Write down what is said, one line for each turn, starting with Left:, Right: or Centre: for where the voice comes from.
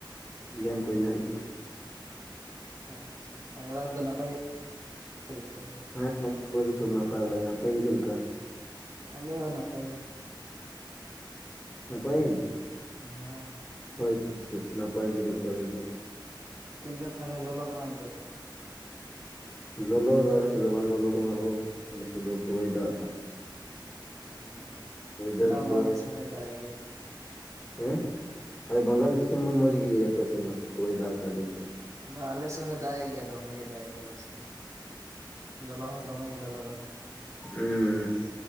Left: ᱜᱮᱢ ᱠᱚ ᱮᱱᱮᱡ ᱦᱩᱭᱩᱜ ᱠᱟᱱᱟ᱾
Right: ᱚ ᱟᱪᱪᱷᱟ, ᱟᱨ ᱚᱲᱟᱜ ᱨᱮᱫᱚ ᱱᱟᱯᱟᱭ ᱜᱮ? <unintelligible>
Left: ᱦᱮᱸ ᱱᱤᱛ ᱫᱚ ᱥᱚᱵ <unintelligible> ᱱᱟᱯᱟᱭ ᱵᱟᱲᱟ ᱜᱮ ᱾ᱟᱯᱮ ᱜᱮ ᱪᱮᱫ ᱞᱮᱠᱟ?
Right: ᱟᱞᱮ ᱦᱚᱸ ᱱᱟᱯᱟᱭ ᱜᱮ᱾
Left: ᱱᱟᱯᱟᱹᱭ ᱜᱮ?
Right: ᱦᱮᱸ ᱾
Left: ᱦᱳᱣ ᱪᱮᱫ <unintelligible> ᱱᱟᱯᱟᱭ ᱜᱮ ᱫᱚᱨᱠᱟᱨᱟ <unintelligible> ᱫᱚ᱾
Right: ᱪᱮᱫ ᱞᱮᱠᱟ ᱛᱟᱦᱚᱞᱮ ᱞᱚᱞᱚ ᱠᱟᱱᱟ ᱚᱱᱛᱮ ᱫᱚ?
Left: ᱞᱚᱞᱚ ᱫᱚ ᱟᱞᱮ ᱥᱮᱫ ᱫᱚ ᱵᱟᱝ ᱞᱚᱞᱚ ᱠᱟᱱᱟ ᱦᱳ, ᱟᱞᱮ ᱥᱮᱫ ᱫᱚ ᱯᱩᱨᱟᱹᱭ ᱫᱟᱜ ᱫᱟ᱾
Right: ᱚ,
Left: ᱚᱭᱮᱫᱟᱨ
Right: ᱫᱟᱜ
Left: ᱯᱩᱨᱟᱹ
Right: ᱢᱟ ᱟᱞᱮ ᱥᱮᱫ ᱦᱚᱭ ᱫᱟᱜ ᱮᱜ ᱜᱮ ᱾
Left: ᱦᱮᱸ, ᱵᱮᱝᱜᱚᱞ ᱫᱤᱥᱚᱢ ᱢᱟ ᱢᱚᱸᱡᱽ ᱜᱮ ᱟᱯᱮ ᱥᱮᱫ ᱢᱟ ᱯᱩᱨᱟᱹ ᱫᱟᱜ ᱟᱸᱡᱚᱢ ᱛᱮ᱾
Right: ᱵᱟ ᱟᱞᱮ ᱥᱮᱫ ᱦᱚᱭ ᱫᱟᱜ ᱜᱮᱭᱟ ᱫᱚᱢᱮ ᱜᱮ ᱫᱟᱜ ᱮᱫ ᱜᱮᱭᱟᱭ ᱟᱞᱮ ᱥᱮᱫ ᱦᱚ᱾ ᱞᱚᱞᱚ ᱦᱚᱸ ᱫᱚᱢᱮ ᱜᱮ ᱞᱚᱞᱚ ᱠᱟᱱᱟ,
Left: ᱩᱸ ᱻ